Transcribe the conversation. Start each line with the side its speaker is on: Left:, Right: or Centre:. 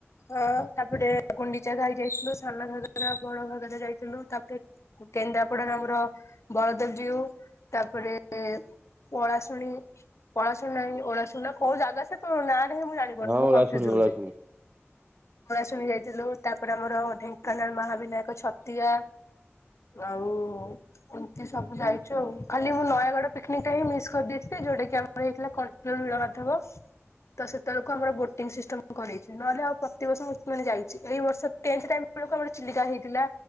Left: ହଁ ତାପରେ ଗୁଣ୍ଡିଚାଘାଇ ଯାଇଥିଲୁ ସାନ ଘାଗରା ବଡ ଘାଗରା ଯାଇଥିଲୁ ତାପରେ କେନ୍ଦ୍ରାପଡାରେ ଆମର ବଳଦେବଜୀଉ ତାପରେ ପଳାଶୁଣି ପଳାଶୁଣି ନାହିଁ ଓଳା ଶୁଣି କୋଉ ଜାଗା ସେ ତା ନା ମୁଁ ଜାଣିି ଜାଣିନି
Right: ହଁ
Left: ମୁ
Right: ଓଳାଶୁଣି
Left: କନ୍ ଫିଉଜ୍ ହଉଚି
Right: ଓଳାଶୁଣି।
Left: ପଳା ଶୁଣି ଯାଇଥିଲୁ ତାପରେ ଆମର ଢେଙ୍କ୍ ଢେଙ୍କାନାଳ ମାହାବିନାୟକ ଛତିଆ। ଆଉ ଏମିତି ସବୁ ଯାଇଚୁ ଆଉ ଖାଲି ମୁଁ ନୟାଗଡଡ଼ ପିକ୍ନିକ୍ ଟା ହିଁ ମିସ୍ କରିଦେଇଥିଲି ଯୋଉଟା କି ଆ ଆମର ହେଇଥିଲା କଣ୍ଟିଲନୀଳ ମାଧବ ତ ସେତେବେଳେ କ୍ କୁ ଆମର ବୋଟିଂ ସିଷ୍ଟମ୍ କରେଇଚି ନହେଲେ ଆଉ ପ୍ରତିବର୍ଷ ମୁ <inaudible> ଯାଇଛି ଏଇବର୍ଷ ଟେନ୍ ଥି ଟାଇମ୍ ଆରଥିରିକ ଆମର ଚିଲିକା ହେଇଥିଲା।